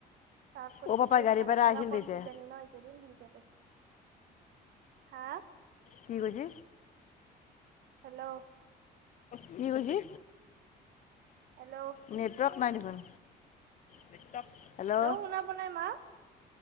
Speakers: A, on the right; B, on the left.
A: তাক কৈছে
B: অঁ পাপাই
A: কি
B: গাড়ীৰ
A: ভাড়া
B: পৰা
A: ভাড়াও
B: আহিছিল
A: কম
B: তেতিয়া
A: কিজানি ন একেদিন সেনকে কৈছি। হা?
B: কি কৈছে?
A: হেল্ল'।
B: কি কজি?
A: হেল্ল'
B: নেটৱৰ্ক নাই দেখোন নেটৱৰ্ক হেল্ল'
A: শুনা পোৱা নাই মা